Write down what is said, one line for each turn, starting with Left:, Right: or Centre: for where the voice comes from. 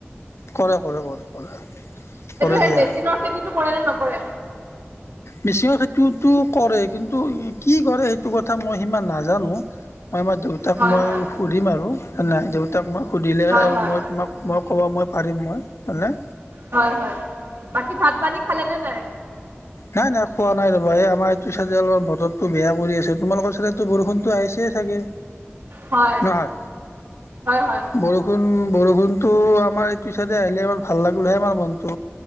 Left: কৰে, কৰে, কৰে, কৰে।
Right: এইটো
Left: কৰে
Right: সেই
Left: দিয়া
Right: মেচিনৰ খেতিটো কৰে নে নকৰে?
Left: মেচিনৰ খেতি ত, তটো কৰে কিন্তু কি কৰে সেইটো কথা মই সিমান নাজানো। মই আমাৰ দেউতাক
Right: হয়
Left: মই
Right: হয়
Left: সুধিম আৰু নাই দেউতাক মই সুধিলে
Right: হয়
Left: আৰু
Right: হয়
Left: মই তোমাক মই ক'ব মই পাৰিম মই হয়নে।
Right: হয়, হয়, বাকী ভাত, পানী খালে নে, নাই।
Left: নাই নাই খোৱা নাই ৰ'বা এই আমাৰ এইটো চাইডে অলপমান বতৰতটো বেয়া কৰি আছে। তোমালোকৰ চাইডেতো বৰষুণতো আহিছে চাগে।
Right: হয়
Left: নহয়
Right: হয় হয়
Left: বৰষুণ বৰষুণটো আমাৰ এইটো ছাইডে আহিলে আমাৰ ভাল লাগিলহে আমাৰ মনটো।